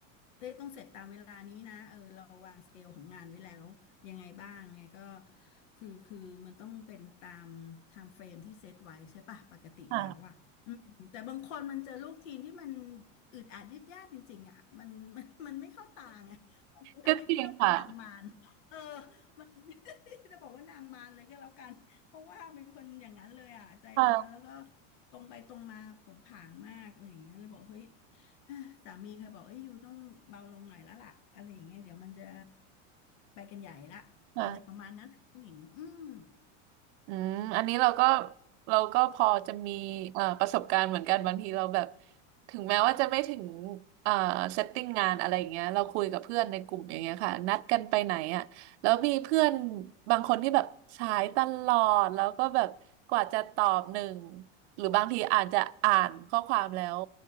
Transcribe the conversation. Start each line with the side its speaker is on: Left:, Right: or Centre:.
Left: เต้ต้องเสร็จตามเวลานี้นะเออเราวางสเกลของงานไว้แล้วยังไงบ้างไงก็คือคือมันต้องเป็นตามไทม์เฟรมที่เซตไว้ใช่ปะปกติแล้วอะอืมแต่บางคนมันเจอลูกทีมที่มัน
Right: ค่ะ
Left: อึดอัดยืดยาดจริงๆอะมันมันมันไม่เข้าตาไงมันทำให้พี่ต้องเป็นนางมารเออ
Right: ก็จริงค่ะ
Left: มัน <laughs> จะบอกว่านางมารเลยก็แล้วกันเพราะว่าเป็นคนอย่างนั้นเลยอ่ะใจร้อนแล้วก็
Right: ค
Left: ตรงไปตรงมาผงผางมากอะไรอย่างเงี้ยเลยบอกเฮ้ย <sighs> สามีเคยบอกเอ้ยยูต้องเบาลงหน่อยแล้วล่ะอะไรอย่างเงี้ยเดี๋ยวมันจะไปกันใหญ่ละอะไรประมาณนั้นผู้หญิงอืม
Right: ่ะ อืมอันนี้เราก็เราก็พอจะมีเอ่อประสบการณ์เหมือนกันบางทีเราแบบถึงแม้ว่าจะไม่ถึงเอ่อเซตติ้งงานอะไรอย่างเงี้ยเราคุยกับเพื่อนในกลุ่มอย่างเงี้ยค่ะนัดกันไปไหนอ่ะแล้วมีเพื่อนบางคนที่แบบสายตลอดแล้วก็แบบกว่าจะตอบหนึ่งหรือบางทีอาจจะอ่านข้อความแล้ว